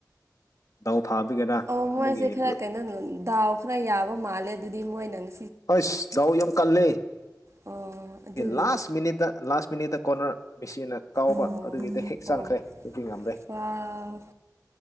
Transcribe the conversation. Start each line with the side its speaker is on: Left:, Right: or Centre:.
Left: ꯗꯥꯎ ꯐꯥꯕꯒꯤꯔꯥ
Right: ꯑꯣ
Left: ꯑꯗꯨꯒꯤ
Right: ꯃꯣꯏꯁꯦ ꯈꯔ ꯀꯩꯅꯣ ꯗꯥꯎ ꯈꯔ ꯌꯥꯕ ꯃꯥꯜꯂꯦ ꯑꯗꯨꯗꯤ ꯃꯣꯏꯅꯪ
Left: ꯍꯁ ꯗꯥꯎ ꯌꯥꯝ ꯀꯜꯂꯦ
Right: ꯑꯣ ꯑꯗꯨꯒꯤꯅꯤ
Left: ꯂꯥꯁ ꯃꯤꯅꯤꯠꯇ ꯂꯥꯁ ꯃꯤꯅꯤꯠꯇ ꯀꯣꯔꯅꯔ ꯃꯦꯁꯤꯤꯟꯅ ꯀꯥꯎꯕ
Right: ꯑꯣ
Left: ꯑꯗꯨꯒꯤꯗ ꯍꯦꯛ ꯆꯪꯈ꯭ꯔꯦ
Right: ꯑꯣ
Left: ꯑꯗꯨꯗꯤ ꯉꯝꯂꯦ
Right: ꯋꯥꯎ